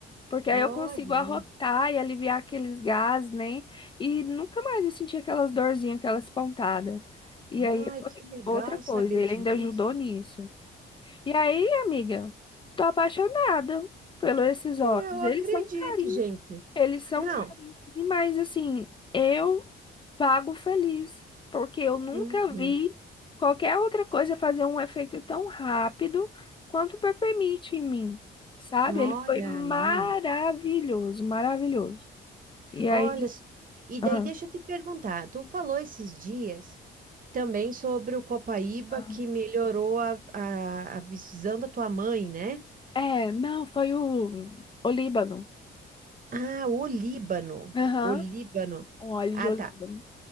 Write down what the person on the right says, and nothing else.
Olha.
Ai,
que legal
saber
disso.
Eu
acredito,
gente.
Não.
Uhum.
Olha
ali.
Olha.
só. E daí
deixa eu te perguntar. Tu falou esses dias também sobre o Copaíba
que melhorou a, a, a visão da tua mãe, né?
Ah, o Líbano.
O Líbano.
Ah,
tá.